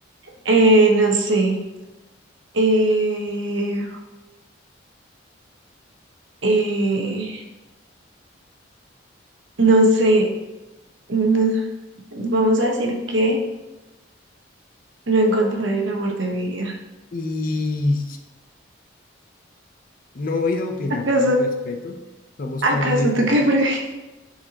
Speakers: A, on the right (about 70°); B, on the left (about 45°).
A: Eh, no sé. Eh, eh, no sé. no- vamos a decir que no encontraré el amor de mi vida.
B: Y no voy a opinar
A: ¿Acaso,
B: nada al respecto. Somos
A: acaso
B: family friendly.
A: tú qué pre, <laughs>